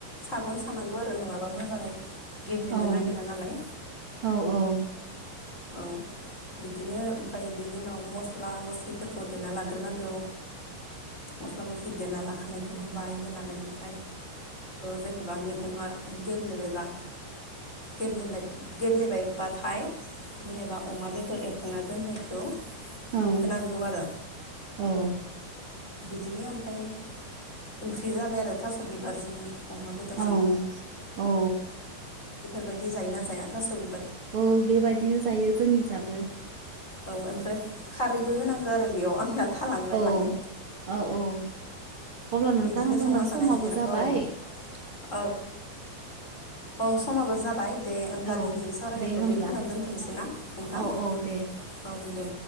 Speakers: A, on the left; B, on the right.
A: सागन सानांगौ आरो नङाबा मोजाङै गेब्लेनो
B: औ
A: नागिरा नालाय
B: औ औ
A: औ बिदिनो ओमफाय बेनि उनाव मस्ला मस्लिफोरखौ देना लाग्रोनांगौ मस्ला मस्लि देना लाखानाय स' होबाय होनानै ओमफ्राय जेनेबा मैगंआ गेब्लेबा गेब्ले गेब्लेबायबाथाय जेनेबा अमा बेदर एवखांना दोननायखौ
B: औ
A: होनांगौ आरो
B: औ
A: बिदिनो ओमफ्राय ओंख्रि जाबाय आरो थास बिबारजों अमा बेदरजों
B: औ औ
A: बिदि जायो ना जाया थास' बि
B: औ बेबायदिनो जायो जोंनि ओजाबो
A: औ ओमफ्राय खारैबो होनांगौ आरो बेयाव आंना थालांबाय
B: औ
A: माने
B: औ औ अब्ला नोंथां
A: बिदिनो
B: जोंना
A: संना जानाय
B: समाबो
A: जायो आरो।
B: जाबाय
A: औ औ औ समाबो जाबाय दे होमब्ला
B: औ
A: दिनैनि सावरायनायखौ
B: दे होमब्ला
A: बेखिनियावनो दोनथोंनोसै ना नोंथां
B: औ औ दे
A: औ दे